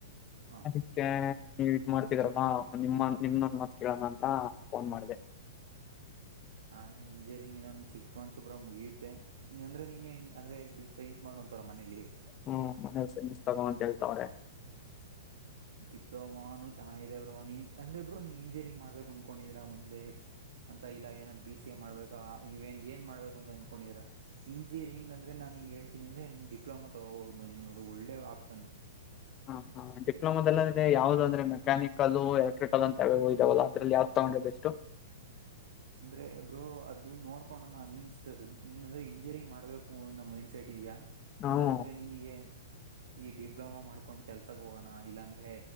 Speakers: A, on the right; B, on the left.
A: ಹ
B: ಅದಕ್ಕೆ ನೀವ ಇ ಮಾಡ್ತಿದ್ರಲ್ವಾ ನಿಮ್ಮ ನಿಮ್ದೊಂದು ಮಾತ ಕೇಳೋಣ ಅಂತ ಫೋನ್ ಮಾಡಿದೆ
A: ನಾನು ಇಂಜಿನಿಯರಿಂಗ್ ನ ಸಿಕ್ಸ್ ಮಂತ್ಸ್ ಒಬ್ರ ಮುಗಿಯುತ್ತೆ ಅಂದ್ರೆ ನೀ ಅಂದ್ರೆ ಸೈನ್ಸ್ ಮಾಡ ಅಂತರ ಮನೇೆಯಲ್ಲಿ
B: ಹ್ಮ್ ಮನಸಿಸ್ತಗ ಅಂತ ಹೇಳ್ತಾವ್ರೆ <inaudible>
A: ಡಿಪ್ಲೋಮಾನು ಚೆನ್ನಾಗಿದೆ ಬ್ರೋ ನೀನ್ ಅಂದ್ರೆ ಬ್ರೋ ನೀನ್ ಇಂಜಿನಿಯರಿಂಗ್ ಮಾಡ್ಬೇಕು ಅಂದಕೊಂಡಿದೀರ ಮುಂದೆ ಅಂತ ಇಲ್ಲ ಏನ ಬಿ ಸಿ ಎ ಮಾಡ್ಬೇಕಾ ನೀವನ್ ಏನ್ ಮಾಡ್ಬೇಕು ಅಂತ ಅಂದಕೊಂಡಿದ್ರ ಇಂಜಿನಿಯರಿಂಗ್ ಅಂದ್ರೆ ನಾನು ನಿಮ ಹೇಳ್ತೀನಿ ಅಂದ್ರೆ ನೀನ್ ಡಿಪ್ಲೊಮಾ ತೊಗೋಬಹದು ನೀ ನೋ ಒಳ್ಳೆ ಆಪ್ಷನ್
B: ಹ ಹಾ ಡಿಪ್ಲೋಮಾದದಲ್ಲಿ ಯಾವ್ದ ಅಂದ್ರೆ ಮೆಕ್ಯಾನಿಕಲ್ ಎಲೆಕ್ಟ್ರಿಕಲ್ ಅಂತ ಇದಾವಲ್ಲ ಅದ್ರಲ್ಲಿ ಯಾವ್ದ್ ತಗೊಂಡ್ರೆ ಬೆಸ್ಟು <unintelligible>
A: ಅಂದ್ರೆ ಬ್ರೋ ಅದು ನೋಡ್ಕೋಣೋಣ ನೀನ್ ನೀನ್ ಅಂದ್ರೆ ಇಂಜಿನಿಯರಿಂಗ್ ಮಾಡ್ಬೇಕು ಅ ನಮ್ಮ ಮೈಂಡ್ ಸೆಟ್ ಇದೆಯಾ
B: ನಾವು
A: ಇಲ್ಲಾಂದ್ರೆ ನಿನಗೆ ಈ ಡಿಪ್ಲೊಮಾ ಮಾಡ್ಕೊಂಡ್ ಕೆಲ್ಸಕ್ ಹೋಗೋಣ ಇಲ್ಲಾಂದ್ರೆ